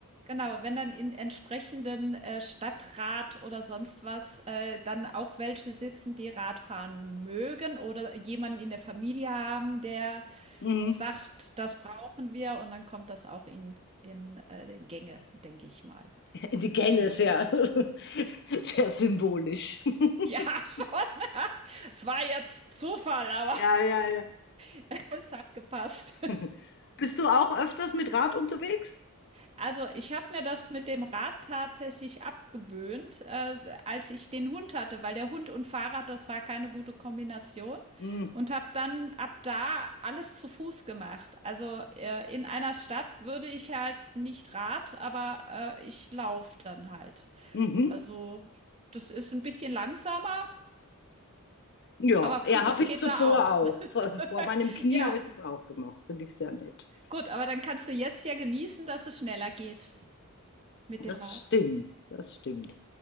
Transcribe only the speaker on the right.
genau, wenn dann in entsprechenden, äh, Stadtrat oder sonst was, äh, dann auch welche sitzen, die Radfahren mögen oder jemanden in der Familie haben, der
sagt: „Das brauchen wir“, und dann kommt das auch in in, äh, Gänge, denke ich mal,
vermute
ich.
Ja,
schon. <laughs> Es war jetzt Zufall, aber
<laughs> es hat gepasst.
Also, ich habe mir das mit dem Rad tatsächlich abgewöhnt, äh, als ich den Hund hatte, weil der Hund und Fahrrad, das war keine gute Kombination
und habe dann ab da alles zu Fuß gemacht. Also, äh, in einer Stadt würde ich halt nicht Rad, aber äh, ich laufe dann halt.
Also, das ist ein bisschen langsamer,
aber vieles
geht
da auch.
<laughs>
Ja,
gut, aber dann kannst du jetzt ja genießen, dass es schneller geht mit
dem Rad.